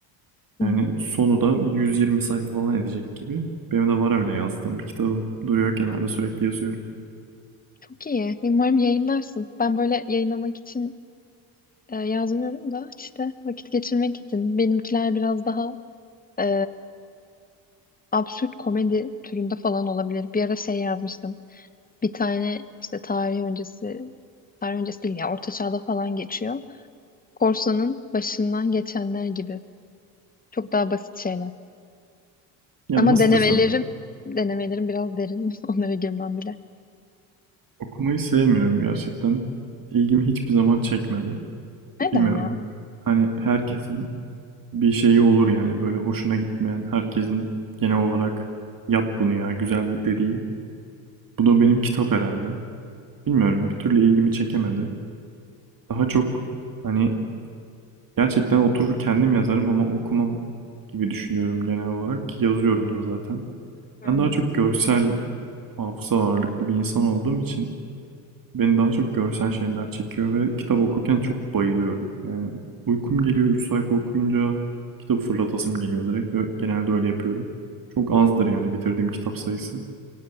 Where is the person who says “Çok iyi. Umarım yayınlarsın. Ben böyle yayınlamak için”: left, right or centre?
Left